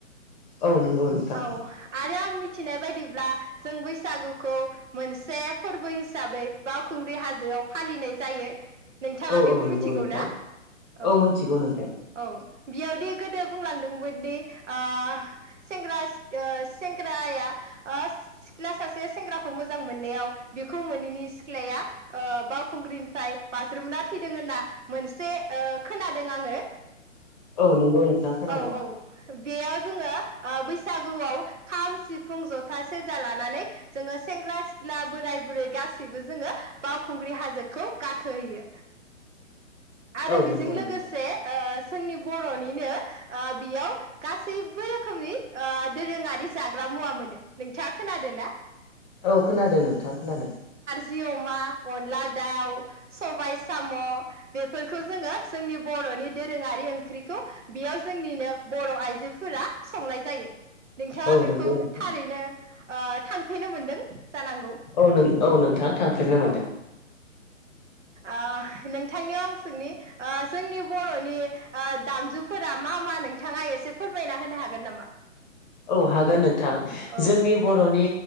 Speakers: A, on the left; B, on the right.
A: औ नंगौ नोंथां
B: औ आरो आं मिथिनाय बायदिब्ला जों बैसागुखौ मोनसे फोरबो हिसाबै बावखुंग्रि हाजोआव फालिनाय जायो। नोंथाङा
A: औ
B: बेखौ
A: औ नंगौ
B: मिथिगौ
A: नोंथां
B: ना औ
A: मिथिगौ नोंथां
B: औ। बियावदि गोदो बुंलांदोंमोनदि ओ सेंग्रा सेंग्राया सिख्ला सासे सेंग्राखौ मोजां मोननायाव बिखौ मोनैनि सिख्लाया ओ बावखुंग्रिनिफ्राय बाज्रुमना थैदों होनना मोनसे ओ खोनादों आङो
A: औ नंगौ नोंथां खोनादों
B: ओ औ औ। बेयाव जोङो ओ बैसागुआव खाम सिफुं जथा सेरजा लानानै जोङो सेंग्रा सिख्ला बोराय बुरै गासैबो जोङो बावखुंग्रि हाजोखौ गा खोयो आरो
A: औ
B: बेजों
A: नंगौ
B: लोगोसे
A: नोंथां
B: ओ जोंनि बर'निनो ओ बेयाव गासैबो रोखोमनि ओ दोरोङारि जाग्रा मुवा मोनो नोंथाङा खोनादों ना?
A: औ खोनादों नोंथां खोनादों।
B: जि अमा अनला दाउ सबाय साम' बेफोरखौ जोङो जोंनि बर'नि दोरोङारि ओंख्रिखौ बेयाव जोंनिनो बर' आइजोफोरा संनाय जायो। नोंथाङा
A: औ
B: बेखौ
A: नंगौ नोंथां
B: थारैनो ओ थांफैनो मोनदों जानांगौ
A: औ औ नोंथां थांफेरनो मोनदों
B: औ। ओ नोंथांनियाव आं सोंनि जोंनि बर'नि ओ दामजुफोरा मा मा नोंथाङा एसे फोरमायना होनो हागोन नामा?
A: औ हागोन नोंथां
B: औ
A: जोंनि बर'नि